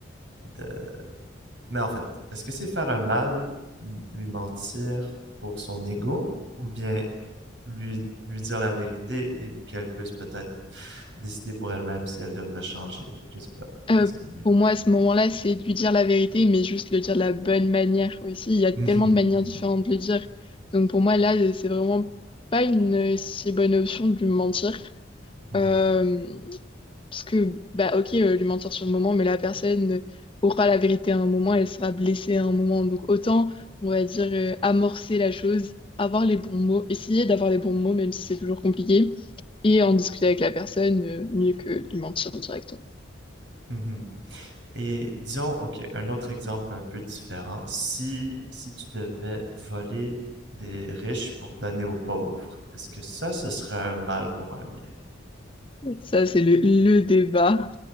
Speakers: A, on the right; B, on the left.
A: de mais en fait, est-ce que c'est faire un mal, lui mentir pour son ego, ou bien lui, lui dire la vérité et qu'elle puisse peut-être décider pour elle-même si elle devrait changer? Je sais pas.
B: Euh,
A: Qu'est-ce qui est mieux?
B: pour moi, à ce moment-là, c'est de lui dire la vérité, mais juste le dire de la bonne manière aussi. Il y a
A: Mhm,
B: tellement de manières
A: mhm,
B: différentes de le dire. Donc pour moi, là, c'est vraiment pas une euh, si bonne option de lui mentir.
A: mhm,
B: Euh, parce que, bah ok, euh, lui mentir sur le moment, mais la personne aura la vérité à un moment, elle sera blessée à un moment. Donc autant, on va dire, euh, amorcer la chose, avoir les bons mots, essayer d'avoir les bons mots, même si c'est toujours compliqué, et en discuter avec la personne, euh, mieux que de lui mentir directement.
A: mhm. Et disons, ok, un autre exemple un peu différent. Si, si tu devais voler des riches pour donner aux pauvres, est-ce que ça, ce serait un mal pour un bien?
B: Ça, c'est le, le débat